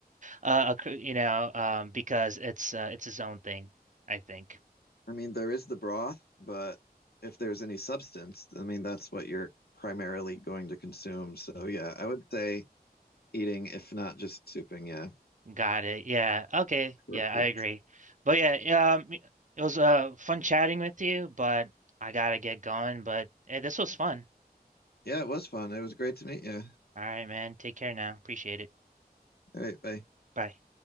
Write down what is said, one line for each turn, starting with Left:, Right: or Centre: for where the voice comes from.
Right: Uh, you know, um, because it's uh, it's its own thing, I think.
Left: I mean, there is the broth, but if there's any substance, I mean, that's what you're primarily going to consume. So, yeah, I would say eating, if not just souping. Yeah,
Right: Got it. Yeah. Okay.
Left: perfect.
Right: Yeah, I agree. But yeah, um, it was uh fun chatting with you, but I gotta get going. But hey, this was fun.
Left: Yeah, it was fun. It was great to meet you.
Right: All right, man. Take care now. Appreciate it.
Left: All right, bye.
Right: Bye.